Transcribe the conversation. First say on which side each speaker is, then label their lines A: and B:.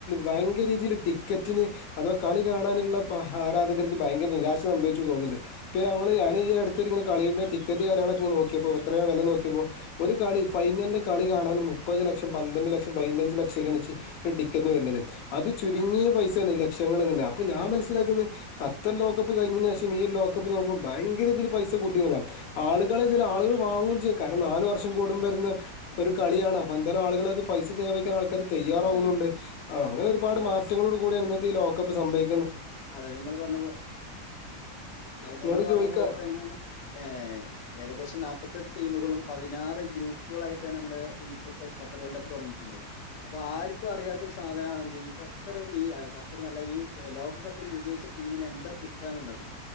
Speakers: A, on the left; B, on the left.
A: ഭയങ്ക രീതിയിൽ ടിക്കറ്റിന് അഥവാ കളി കാണാനുള്ള ആരാധകർക്ക് ഭയങ്ക നിരാശ സംഭവിച്ചു തോന്നുന്നുണ്ട് ഇപ്പോ ഞങ്ങള് ഞൻ ഈ അടുത്ത് ഇങ്ങന കളിയുണ്ട് ടിക്കറ്റ് കാര്യങ്ങളൊക്കെ നോക്കിയപ്പോൾ എത്രയ വില നോക്കിയപ്പോൾ ഒരു കളി ഫൈനലിന്റെ കളി കാണാനൻ മുപ്പത് ലക്ഷം പന്ത്രണ്ട് ലക്ഷം പതിനഞ്ചച് ലക്ഷംക്കെണച്ച് ഒരു ടി വരുന്നത് അത് ചുരുങ്ങിയ പൈസയാണ് ലക്ഷങ്ങ അപ്പൊ ഞാൻ മനസ്സിലാക്കുന്നത് ഖത്തർ ലോകകപ്പ് കഴിഞ്ഞതിനന് ശേഷം ഈ ലോകകപ്പ് നോക്കുമ്പോ ഭങ്കര ഇതിൽ പൈസ കൂട്ടി ആൾ ചില ആുകൾ വാങ്ങും ചെയ്യും ക ഇ നാല് വർഷം കൂടുമ്പോര്ന്ന് ഒരു കളിയാണ് അപ്പന്തെലു ആളുകള് അത് പൈസ ചെലവയ്‌ക്കാ ആ ക്കാര് തയ്യറാവുന്നുണ്ട്
B: അതെ അതെ
A: ആ അങ്ങനെ ഒരുപാട് മാറ്റങ്ങളോട് കൂടാണ് ഇന്നത്തെ ഈ ലോകപ്പ് സംഭവി
B: അതെ തെ ങ്ങള് പർഞ്ഞ പൊ അതെ
A: ഇങ്ങോട്
B: നിങ്ങള് പർഞ്ഞ
A: ചോദിക്ക
B: പോലെ തന്നെ ഏ ഏകദേശം നാപത്തെട്ട് ടീമുകളും പതിനാറ് ഗ്രൂപ്പുകളായിട്ടാണ് നമ്മുടെ ഇപ്പത്തെ ഖത്തറ് വേൾടപ്പ്‌ തൊടങ്ങിയിട്ട്ള്ളത്. അപ്പൊ ആർക്കും അറിയാത്തൊരു സാധനാന്തെ ഈ ഖത്തറ് ഈ അല ഖത്തറ് നല്ല എ ലോകകപ്പ് പ്പ്‌ല് വിജയിച്ച ടീമിന് എന്താ കിട്ട ന്ന്ള്ളത്.